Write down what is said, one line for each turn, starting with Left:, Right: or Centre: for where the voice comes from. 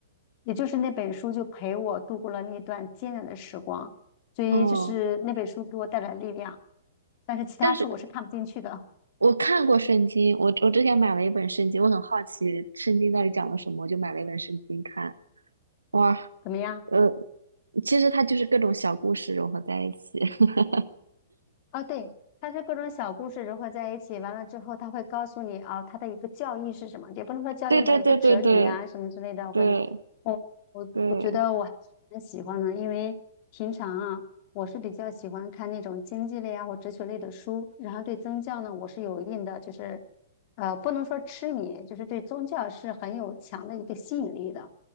Left: 也就是那本书就陪我度过了那段艰难的时光，所以就是那本书给我带来力量。
Right: 哦，
Left: 但是其他书我是看不进去的，
Right: 但是我看过圣经，我我之前买了一本圣经，我很好奇圣经到底讲了什么，我就买了一本圣经看。哇。
Left: 怎么样？
Right: 呃，其实它就是各种小故事融合在一起。<laughs>
Left: 啊，对，它是各种小故事融合在一起，完了之后，它会告诉你啊，它的一个教义是什么，也不能说教义吧，
Right: 对对对对对
Left: 一个哲理呀、什么之类的。我跟你，
Right: 对
Left: 我我我觉得我还是很喜欢的，
Right: 对，
Left: 因为平常啊，我是比较喜欢看那种经济类啊或哲学类的书，然后对宗教呢，我是有一定的就是，呃，不能说痴迷，就是对宗教是很有强的一个吸引力的。